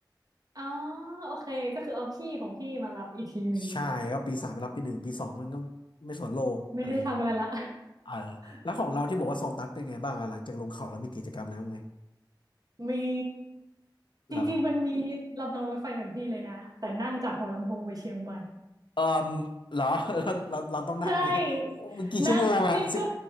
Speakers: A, on the right (about 50°); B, on the left (about 85°).
A: อ๋อโอเคก็คือเอาพี่ของพี่มารับอีกทีหนึ่ง
B: ใช่ก็ปีสามไปรับปีหนึ่งปีสองมันก็ไม่สนโลกอะไรอย่างเงี้ย
A: ไม่ได้ทำอะไรละ
B: เออ
A: <laughs>
B: แล้วของเราที่บอกว่าโซตัสเป็นไงบ้างอะหลังจากลงเขาแล้วมีกิจกรรมแล้วไหม
A: มี
B: เหรอ
A: จริงๆมันมีลำรองรถไฟเหมือนพี่เลยนะแต่นั่งจากหัวลำโพงไปเชียงใหม่
B: เออเหรอ <laughs> เราเราเราต้องนั่งไหมโอ้นกี่ชั่วโมงอะสิบ
A: ใช่นั่งนี่ก็